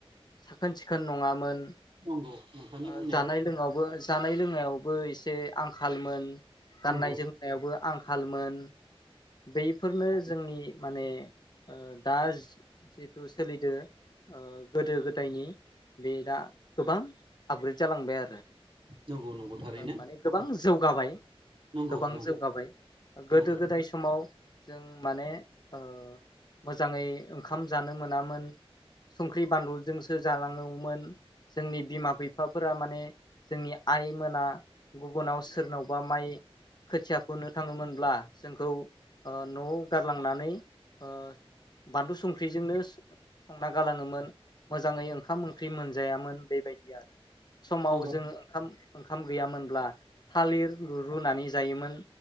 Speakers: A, on the left; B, on the right.
A: साखोन सिखोन नङामोन
B: नंगौ नोंथांनि
A: ओ
B: बुंनायाबो
A: जानाय लोंनायावबो जानाय लोंनायावबो एसे आंखालमोन गाननायजों
B: नंगौ
A: ायावबो आंखालमोन बै बेफोरनो जोंनि माने ओ दा जिथु सोलिदो ओ गोदो गोदायनि बे दा गोबां आपग्रेड जालांबाय आरो।
B: नंगौ नंगौ थारैनो।
A: माने गोबां जौगाबाय
B: नंगौ
A: गोबां
B: नंगौ
A: जौगाबाय गोदो
B: नंगौ
A: गोदाय समाव जों माने ओ मोजाङै ओंखाम जानो मोनामोन। संख्रि बानलुजोंसो जालाङोमोन जोंनि बिमा बिफ बिफाफोरा माने जोंनि आइ मोना गुबुनाव सोरनावबा माइ खोथिया फुनो थाङोमोनब्ला जोंखौ ओ न'आव गारलांनानै ओ बानलु संख्रिजोंनो संना गालाङोमोन मोजाङै ओंखाम ओंख्रि मोनजायामोन बेबायदि आरो। समाव
B: नंगौ
A: जोङो ओंखाम ओंखाम गैयामोनब्ला थालिर रुनानै जायोमोन।